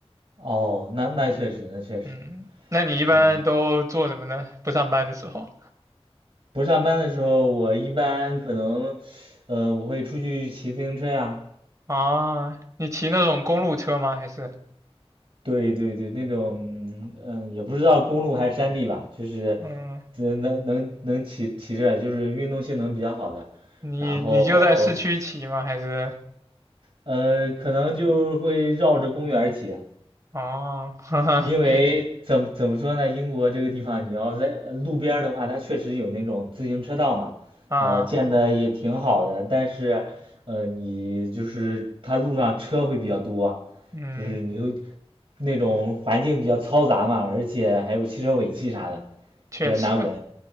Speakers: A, on the right; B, on the right.
A: 哦，那那确实，那确实，
B: 嗯，那你一般都做什么呢？
A: 嗯。
B: 不上班的时候
A: 不上班的时候，我一般可能，呃，我会出去骑自行车呀。
B: 啊，你骑那种公路车吗？还是
A: 对对对，那种，嗯，也不知道公路还是山地吧，就是
B: 嗯，
A: 能能能能骑骑着，就是运动性能比较好的。
B: 你你就在市区骑吗？
A: 然后，
B: 还是
A: 呃，可能就会绕着公园儿骑。
B: 哦，<laughs> 哈哈
A: 因为怎怎么说呢，英国这个地方，你要在呃路边儿的话，它确实有那种自行车道嘛，
B: 啊，
A: 呃，建的也挺好的，但是，呃，你就是它路上车会比较多，
B: 嗯，
A: 就是你会那种环境比较嘈杂嘛，而且还有汽车尾气啥的，
B: 确实
A: 比较难闻。